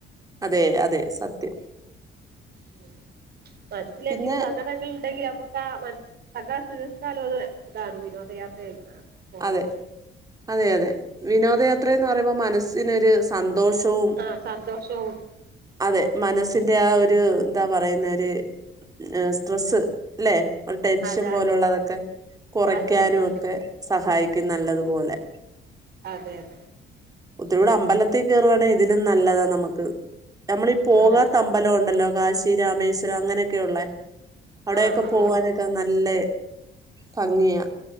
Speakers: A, on the right; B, on the right.
A: അതെ അതെ സത്യം
B: ഉം മനസ്സിലെന്തെലും
A: പിന്നെ
B: സങ്കടങ്ങൾ ഇണ്ടെങ്കിൽ നമുക്ക ആ മന് <unintelligible> തീർക്കാലോള്ള ഇതാണ് വിനോദയാത്രയി പോണത്
A: അതെ അതെ അതെ വിനോദയാത്രന്ന് പറയുമ്പോ മനസ്സിനൊരു സന്തോഷോം
B: ആഹ് സന്തോഷവും
A: അതെ മനസ്സിന്റെ ആ ഒ ര് എന്താ പറയുന്ന ഒരു സ്ട്രെസ് ഇല്ലെ ഒരു ടെൻഷൻ
B: അതെ
A: പോലുള്ളതൊക്കെ
B: അതെ
A: കൊറയ്ക്കാനുംഒക്കെ
B: അതെ അതെ അതെ
A: സഹായിക്കും നല്ലതുപോലെ
B: അതെ അതെ
A: ഒത്തിരൂടെ അമ്പലത്തിൽ കേറുവാണെ ഇതിലും നല്ലതാ നമുക്ക് നമ്മളീ പോകാത്ത
B: ആഹ്
A: അമ്പലം ഉണ്ടല്ലോ കാശി രാമേശ്വരം അങ്ങനെയൊക്കെ ഉള്ള അവിടെക്കെ
B: ആഹ് ആഹ്
A: പോവാനൊക്കെ നല്ല ഭംഗിയാ